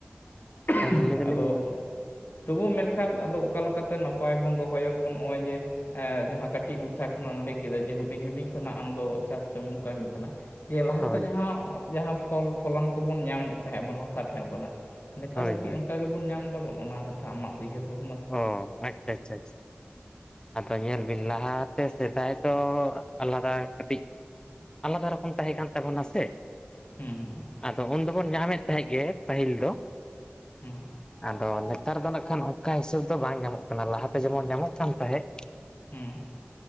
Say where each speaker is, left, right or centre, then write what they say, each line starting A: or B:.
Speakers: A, on the left; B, on the left.
A: <inaudible>
B: ᱛᱟᱦᱚᱞᱮ ᱞᱟᱹᱭ ᱫᱟᱞᱤᱧ
A: ᱟᱫᱚ, ᱛᱚᱵᱩ ᱢᱮᱱᱠᱷᱟᱱ ᱟᱫᱚ ᱚᱠᱟ ᱞᱮᱠᱟᱛᱮ ᱱᱟᱯᱟᱭ ᱵᱚᱱ ᱫᱚᱦᱚᱭᱟᱵᱚᱱ ᱱᱚᱜᱼᱚᱭ ᱡᱮ‌, ᱮ ᱡᱟᱸᱦᱟᱸ ᱠᱟᱹᱴᱤᱡ ᱢᱟᱪᱷᱟ ᱠᱷᱚᱱᱟᱜ ᱮᱢ ᱞᱟᱹᱭ ᱠᱮᱫᱟ ᱡᱮ ᱦᱩᱰᱤᱧ ᱦᱩᱰᱤᱧ ᱠᱷᱚᱱᱟᱜ ᱟᱢ ᱫᱚ ᱪᱟᱥ ᱠᱟᱹᱢᱤᱢ ᱠᱟᱹᱢᱤ ᱠᱟᱱᱟ ᱾ ᱡᱮ ᱞᱟᱦᱟᱛᱮ
B: ᱦᱳᱭ
A: ᱡᱟᱸᱦᱟᱸ ᱡᱟᱸᱦᱟᱸ ᱯᱷᱚᱞ ᱯᱷᱚᱞᱚᱱ ᱠᱚᱵᱚᱱ ᱧᱟᱢᱮᱜ ᱛᱟᱦᱮᱸᱜ ᱟᱵᱚᱱ ᱦᱟᱥᱟ ᱴᱷᱮᱱ ᱠᱷᱚᱱᱟᱜ, ᱱᱮᱛᱟᱨ
B: ᱦᱳᱭ
A: ᱦᱚᱸ ᱠᱤ
B: ᱦᱳᱭ
A: ᱚᱱᱠᱟ ᱜᱮᱵᱚᱱ ᱧᱟᱢ ᱮᱫᱟᱵᱚᱱ ᱚᱱᱟ ᱠᱟᱛᱷᱟ ᱟᱢᱟᱜ ᱩᱭᱦᱟᱹᱨ ᱵᱷᱟᱵᱱᱟ
B: ᱚ ᱟᱪᱪᱷᱟ ᱟᱪᱪᱷᱟ ᱟᱪᱪᱷᱟ‌ ᱾ ᱟᱫᱚ ᱧᱮᱞ ᱵᱤᱱ ᱞᱟᱦᱟᱛᱮ ᱥᱮᱫᱟᱭ ᱫᱚ ᱟᱞᱟᱫᱟ ᱠᱟᱹᱴᱤᱡ, ᱟᱞᱟᱫᱟ ᱨᱚᱠᱚᱢ ᱛᱟᱦᱮᱸ ᱠᱟᱱ ᱛᱟᱵᱚᱱᱟ ᱥᱮ ᱾
A: ᱦᱮᱸ ᱾
B: ᱟᱫᱚ ᱩᱱ ᱫᱚᱵᱚᱱ ᱧᱟᱢᱮᱫ ᱛᱟᱦᱮᱸᱫ ᱜᱮ ᱯᱟᱹᱦᱤᱞ ᱫᱚ᱾ ᱾
A: ᱦᱮᱸ
B: ᱟᱫᱚ ᱱᱮᱛᱟᱨ ᱫᱚ ᱱᱟᱜᱠᱷᱟᱱ ᱚᱱᱠᱟ ᱦᱤᱥᱟᱹᱵ ᱫᱚ ᱵᱟᱝ ᱧᱟᱢᱚᱜ ᱠᱟᱱᱟ ᱞᱟᱦᱟᱛᱮ ᱡᱮᱢᱚᱱ ᱧᱟᱢᱚᱜ ᱠᱟᱱ ᱛᱟᱦᱮᱸᱫ ᱾
A: ᱦᱮᱸ ᱾